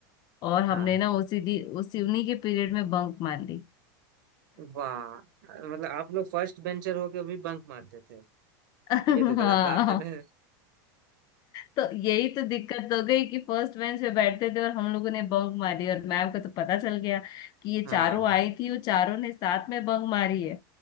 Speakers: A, on the left; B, on the right.
A: और हमने
B: हाँ
A: ना उसी दी उसी उन्हीं के पीरियड में बंक मार ली
B: वाह मतलब आप लोग फर्स्ट बेंचर होके भी बंक मारते थे
A: <laughs>
B: ये तो गलत
A: हाँ
B: बात है <laughs>
A: तो यही तो दिक्कत हो गई कि फर्स्ट बेंच पे बैठते थे और हम लोगों ने बंक मारी और मैम को तो पता चल गया कि ये
B: हाँ
A: चारों आई थी वो चारों ने साथ में बंक मारी है